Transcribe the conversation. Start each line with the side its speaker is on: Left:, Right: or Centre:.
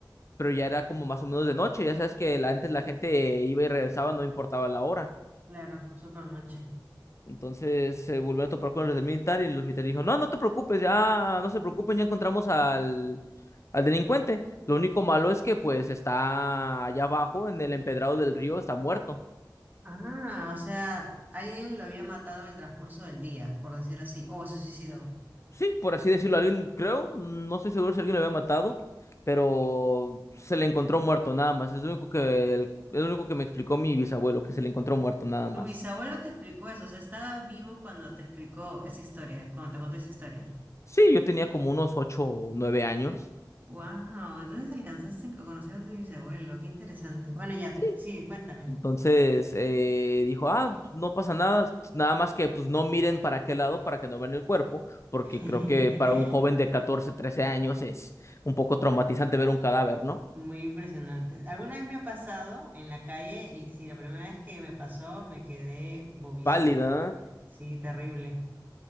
Left: pero ya era como más o menos de noche. Ya sabes que la- antes la gente iba y regresaba, no importaba la hora.
Right: claro, súper noche.
Left: Entonces se volvieron a topar con los del militar y los militares dijo, no, no te preocupes, ya no se preocupen, ya encontramos al, al delincuente. Lo único malo es que pues está allá abajo en el empedrado del río, está muerto.
Right: Ah, o sea, alguien lo había matado en el transcurso del día, por decirlo así, o se suicidó.
Left: sí, por así decirlo, alguien, creo, no estoy seguro si alguien lo había matado, pero se le encontró muerto nada más. Es lo único que, el, es lo único que me explicó mi bisabuelo, que se le encontró muerto nada más.
Right: Tu bisabuelo te explicó eso, o sea, estaba vivo cuando te explicó esa historia, cuando te contó esa historia.
Left: Sí, yo tenía como unos ocho o nueve años.
Right: Wow, entonces alcanzaste a conocer a tu bisabuelo, qué interesante. Bueno, ya,
Left: Sí.
Right: sí, cuéntame.
Left: Entonces eh, dijo, ah, no pasa nada, nada más que pues no miren para qué lado para que no vean el cuerpo, porque
Right: <laughs>
Left: creo que para un joven de 14 13 años es un poco traumatizante ver un cadáver, ¿no?
Right: Muy impresionante. Alguna vez me ha pasado en la calle y sí, la primera vez que me pasó me quedé bobísima.
Left: Pálida,
Right: Sí, terrible.